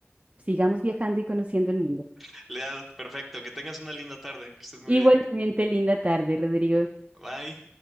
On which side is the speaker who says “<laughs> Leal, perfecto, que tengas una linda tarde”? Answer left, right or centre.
Centre